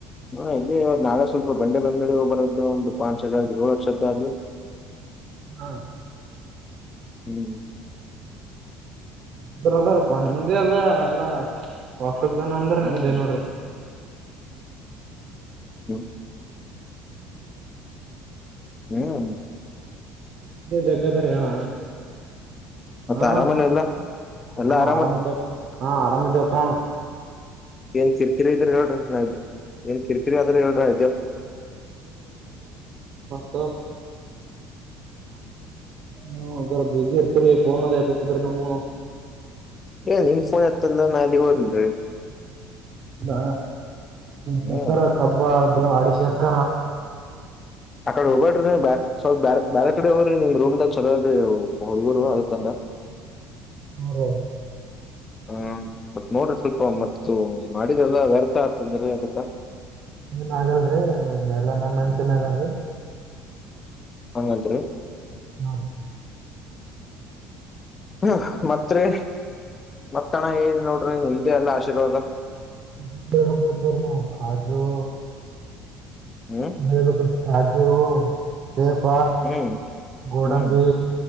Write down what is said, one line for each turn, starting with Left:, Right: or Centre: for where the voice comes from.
Left: ಹಾ ಇಲ್ರಿ ಇವ-ನಾಳೆ ಸ್ವಲ್ಪ ಬೆಂಡೆ ಬೆಂಬಳಿಗೆ ಹೋಗದಿತ್ತು ಒಂದು ಪಾಂಚ್ ಹಜಾರ್ ಇದ್ರೆ ಹಾಕು.
Right: ಹಾ.
Left: <inaudible>
Right: ಬ್ರದರ್ ಬಂದ್ಯದ ಅಲ್ಲ ವಾ. ದೇನಂದ್ರ
Left: ಹ್ಮ್
Right: ನಂದೆ ನೋಡ್ರಿ. <inaudible>
Left: <unintelligible> ಏನಾದ್.
Right: ಜಗ್ಗದಾರೀ ಅಣ್ಣ.
Left: ಮತ್ತ
Right: ಹಾ
Left: ಆರಾಮಲ್ಲಿ ಎಲ್ಲ ಎಲ್ಲಾ
Right: ಹಾ
Left: ಆರಾಮಲ್ಲಿ.
Right: ಆರಾಮಿದ್ದವ ಹಾ ಆರಾಮದ್ದೇವ್ ಕಣ
Left: ಏನ್ ಕಿರ್ಕಿರಿ ಇದ್ರ ಹೇಳ್ರಿ ನಾ ಏನ್ ಕಿರ್ಕಿರಿ ಆದರೆ ಹೇಳ್ರಿ ಇದ್ದೇವ್.
Right: <inaudible> <inaudible> ಹು ಅಂಗಾರ ಬಿಜಿ ಇರ್ತರಿ ಫೋನದ ಎತ್ತರ ನಮ್ಮದು.
Left: ಏ ನಿಮ್ಮ್ಫೋನ್ ಎತ್ತುದ್ಲಾಂದ್ರ ನಾ ಎಲ್ಲಿಗ್ ಹೋಗ್ಲಿ ಇರಿ.
Right: ಹಾ ತತ್ತರಾ
Left: ಹ್ಮ್
Right: ಕಬ್ಬಾ <unintelligible> ದ ಅಡಿ <unintelligible> ಶರ್ಕ
Left: ಆಕಡೆ ಹೋಗಬ್ರ <unintelligible> ಸ್ವಲ್ಪ ಬಾರ್ ಬೇರೆ ಕಡೆ ಹೋಗ್ರಿ ನಿಮ ರೂಮ್ದಾಗ ಚಲೋಇದರಿ ಹುಡುಗ್ರು <unintelligible> ಅದಕಂದ
Right: ಹ <unintelligible>
Left: ಹಾ ಮತ್ತ ನೋಡ್ರಿ ಸ್ವಲ್ಪ ಮತ್ತ ಮಾಡಿದ್ರಲ್ಲ ವ್ಯರ್ಥ ಆಗ್ತಾಯ್ತ್ರಿ <unintelligible> ಅದಕ್ಕ
Right: ಏನ್ ಆಗಲ್ರರಿ <unintelligible> ಎಲ್ಲ ನ ಮಂಚನರಲ್ರಿ
Left: ಹಂಗಂತ್ರಿ
Right: <unintelligible>
Left: ಹ ಮತ್ರಿ ಮತ್ತಣ ಏನ್ <unintelligible> ನೋಡ್ರಿ ಎಲ್ಲ <unintelligible> ಆಶೀರ್ವಾದ
Right: <unintelligible> ನ ಕಾಜು
Left: ಹ್ಮ್
Right: ಬ <unintelligible> ಹ <unintelligible> ಇದು ಸೇಪ
Left: ಹ್ಮ್
Right: ಗೋಡಂಬಿ
Left: ಹ್ಮ್